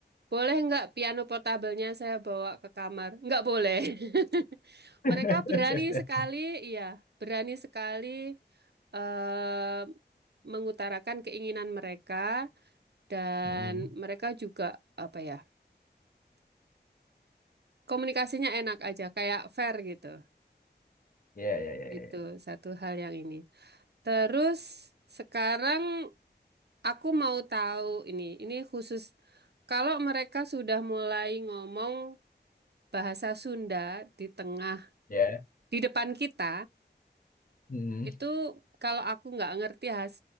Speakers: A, on the right; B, on the left.
A: boleh nggak piano portabelnya saya bawa ke kamar? Nggak boleh. <laughs>
B: <laughs>
A: Mereka berani sekali, iya, berani sekali eh, mengutarakan keinginan mereka dan
B: Hmm.
A: mereka juga apa ya, komunikasinya enak aja, kayak fair gitu.
B: Ya, ya, ya, <laughs>
A: Itu
B: ya. Ya.
A: satu hal yang ini. Terus sekarang Aku mau tahu ini, ini khusus kalau mereka sudah mulai ngomong bahasa Sunda di tengah,
B: Ya.
A: di depan kita,
B: Hmm.
A: itu kalau aku nggak ngerti has,